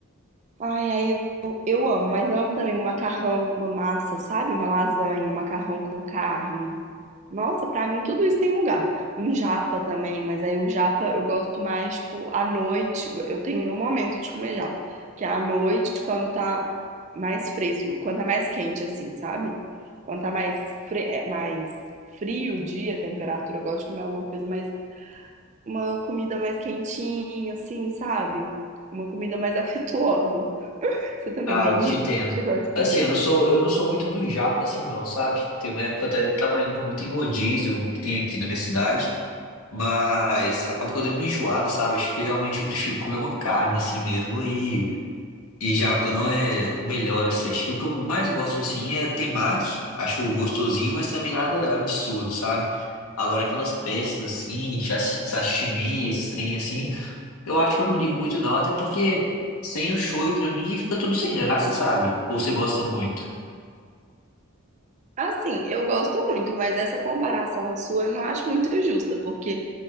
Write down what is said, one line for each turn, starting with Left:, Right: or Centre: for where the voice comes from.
Right: Ai, aí eu, eu eu amo, mas amo também um macarrão, uma massa, sabe? Uma lasanha, um macarrão com carne. Nossa, pra mim tudo isso tem lugar. Um japa também, mas aí o japa eu gosto mais, tipo, à noite. Eu tenho meu momento de comer japa, que é à noite, quando tá mais fresco, quando tá mais quente, assim, sabe? Quando tá mais, fre é, mais frio o dia, a temperatura, eu gosto de comer alguma coisa mais, uma comida mais quentinha, assim, sabe? Uma comida mais <laughs> afetuosa. Você também
Left: Ah,
Right: tem
Left: eu te
Right: disso?
Left: entendo.
Right: Você gosta de
Left: Assim,
Right: comer?
Left: eu não sou, eu não sou muito do japa, assim, não, sabe? Teve uma época que eu até tava indo muito em rodízio que tem aqui na minha cidade, mas acaba que eu dei uma enjoada, sabe? Acho que realmente eu prefiro comer uma carne assim mesmo e, e japa não é o melhor, assim. Acho que o que eu mais gosto, assim, é temaki. Acho gostosinho, mas também nada absurdo, sabe? Agora aquelas peças, assim, sashi- sashimi, esses trem, assim. Eu acho que eu não ligo muito não, até porque sem o choro pra mim fica tudo sem graça, sabe? Ou você gosta muito.
Right: Assim, eu gosto muito, mas essa comparação sua eu não acho muito justa, porque,